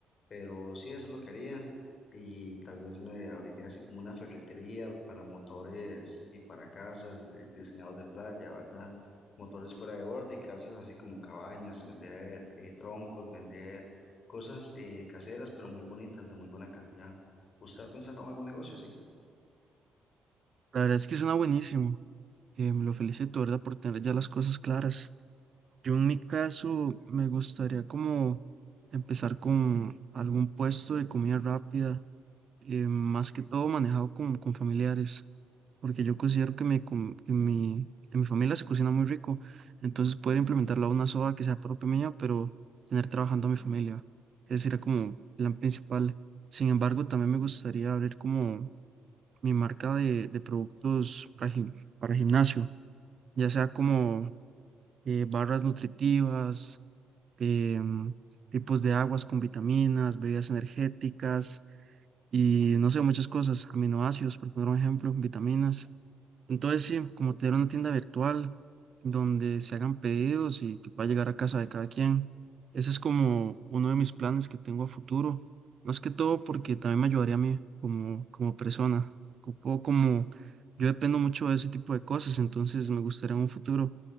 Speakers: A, on the left (about 50°); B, on the right (about 50°).
A: Pero sí, eso es lo que haría y tal vez me abriría así como una ferretería para motores y para casas de- diseñados de playa, ¿verdad? Motores fuera de borde y casas así como cabañas, vender eh, troncos, vender cosas eh, caseras pero muy bonitas, de muy buena calidad. ¿Usted ha pensado en algún negocio así?
B: La verdad es que suena buenísimo. eh, me lo felicito, ¿verdad? Por tener ya las cosas claras. Yo en mi caso me gustaría como empezar con algún puesto de comida rápida eh, más que todo manejado con, con familiares, porque yo considero que, mi com- que mi- en mi familia se cocina muy rico, entonces poder implementarlo a una soba que sea propia mía, pero tener trabajando a mi familia, ese sería como plan principal. Sin embargo, también me gustaría abrir como mi marca de, de productos para, gim- para gimnasio, ya sea como eh, barras nutritivas, em, tipos de aguas con vitaminas, bebidas energéticas y no sé, muchas cosas, aminoácidos, por poner un ejemplo, vitaminas. Entonces, sí, como tener una tienda virtual donde se hagan pedidos y que pueda llegar a casa de cada quien. Ese es como uno de mis planes que tengo a futuro, más que todo porque también me ayudaría a mí como, como persona. Ocupo como yo dependo mucho de ese tipo de cosas, entonces me gustaría un futuro